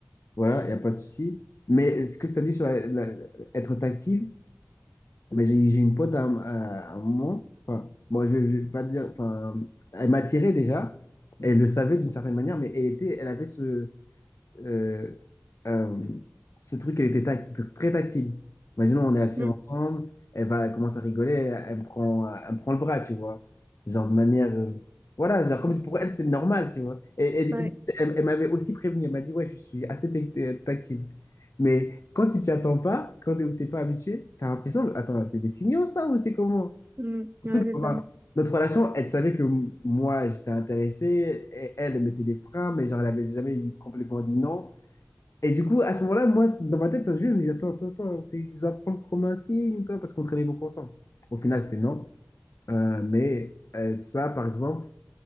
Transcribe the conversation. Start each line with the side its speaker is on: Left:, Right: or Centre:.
Left: voilà, il n'y a pas de souci. Mais ce que tu as dit sur la- la- être tactile, Mais j'ai j'ai une pote à, un à un moment, enfin, bon, je, je vais pas te dire, enfin, elle m'attirait déjà, elle le savait d'une certaine manière, mais elle était, elle avait ce, euh, euh, ce truc, elle était tac- tr- très tactile. Imaginons, on est assis
Right: Mm,
Left: ensemble, elle va commencer à rigoler, elle me prend, elle me prend le bras, tu vois. Genre de manière. euh, voilà, genre comme si pour elle, c'est normal, tu vois. Et, elle, il-
Right: ouais,
Left: elle- elle m'avait aussi prévenu, elle m'a dit, ouais, je suis assez tac- euh, tactile. Mais quand tu t'y attends pas, quand t'es pas habitué, t'as l'impression, attends, c'est des signaux ça ou c'est comment?
Right: mm,
Left: Surtout
Right: ouais, c'est
Left: que, enfin,
Right: ça.
Left: notre relation, elle savait que m- moi j'étais intéressé, et elle elle mettait des freins, mais genre elle avait jamais complètement dit non. Et du coup, à ce moment-là, moi, c- dans ma tête, ça se vient, je me dis, attends, attends, attends, c'est, je dois prendre comme un signe, toi, parce qu'on traînait beaucoup ensemble. Au final, c'était non. Euh, mais euh, ça, par exemple,